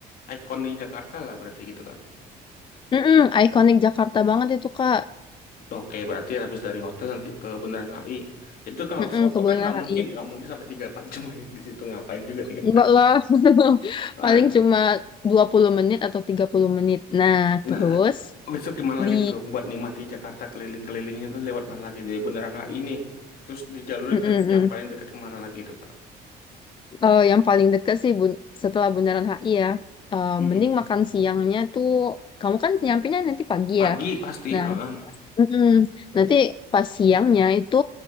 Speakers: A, on the left; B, on the left.
A: ikon di Jakarta lah berarti gitu kan?
B: Mm-mm, ikonik Jakarta banget itu, Kak.
A: Oke, berarti habis dari hotel nanti ke Bundaran HI. Itu kalau
B: Mm-mm,
A: foto
B: Kebonanas
A: kan nggak
B: AI.
A: mungkin, nggak mungkin sampai tiga empat jam ya di situ ngapain juga tiga
B: Enggak
A: empat jam.
B: lah. <laughs>
A: Nah,
B: Paling cuma 20 menit atau 30 menit. Nah,
A: nah,
B: terus
A: besok gimana lagi
B: di
A: tuh buat nikmati Jakarta keliling-kelilingnya tuh lewat mana lagi dari Bundaran HI nih. Terus di jalur
B: mm-mm,
A: ke
B: mm.
A: yang paling dekat kemana lagi tuh, Kak?
B: Eh, yang paling dekat sih bun- setelah Bundaran H I ya. Eh,
A: Mm-mm.
B: mending makan siangnya tuh kamu kan nyampenya nanti pagi
A: Pagi
B: ya.
A: pasti.
B: Nah,
A: heeh.
B: Mm-mm. Nanti pas siangnya itu